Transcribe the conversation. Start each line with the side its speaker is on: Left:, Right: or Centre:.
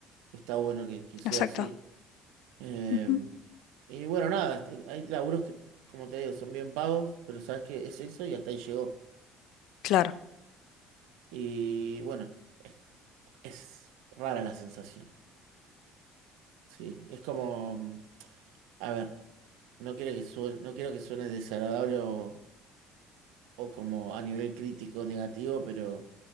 Right: Está bueno que, que sea
Left: exacto.
Right: así. Eh,
Left: ujú,
Right: y bueno, nada, este, hay laburos que, como te digo, son bien pagos, pero sabes que es eso y hasta ahí llegó.
Left: claro.
Right: Y bueno, es, es rara la sensación. Sí, es como, mm, a ver. No quiero que suene, no quiero que suene desagradable o, o como a nivel crítico negativo, pero,